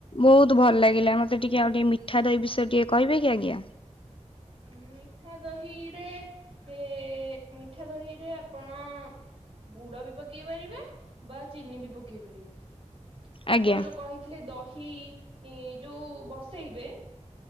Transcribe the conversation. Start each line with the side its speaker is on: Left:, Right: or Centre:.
Left: ବହୁତ୍ ଭଲ ଲାଗିଲା ମତେ ଟିକେ ଆଉ ଟିକେ ମିଠା ଦହି ବିଷୟରେ ଟିକେ କହିବେ କି ଆଜ୍ଞା।
Right: ଉଁ- ମିଠା ଦହିରେ ଏ -ମିଠା ଦହିରେ ଆପଣ ଗୁଡ ବି ପକେଇ ପାରିବେ ବା ଚିନି ବି ପକେଇ ପାରିବେ। ଆପଣ
Left: ଆଜ୍ଞା
Right: ଯଉ କହିଥିଲେ ଦହି ଯଉ ବସେଇବେ